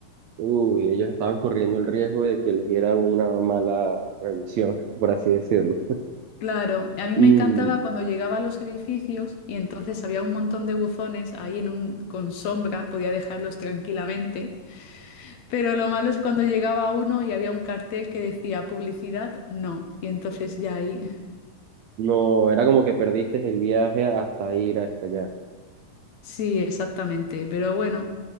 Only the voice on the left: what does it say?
Claro, a mí
me encantaba
cuando llegaba a los edificios y entonces había un montón de buzones ahí en un, con sombra, podía dejarlos tranquilamente, pero lo malo es cuando llegaba uno y había un cartel que decía publicidad, no, y entonces ya ahí,
sí, exactamente, pero bueno,